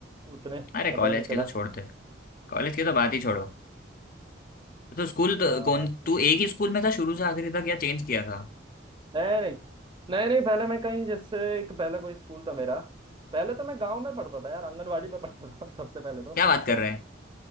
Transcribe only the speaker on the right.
उतने
पता
ही नहीं चला
हाँ
हाँ
नहीं नहीं नहीं नहीं पहले मैं कहीं जैसे एक पहले कोई स्कूल था मेरा पहले तो मैं गांव में पढ़ता था यार आंगनवाड़ी में पढ़ता था <laughs> सबसे पहले तो
<laughs>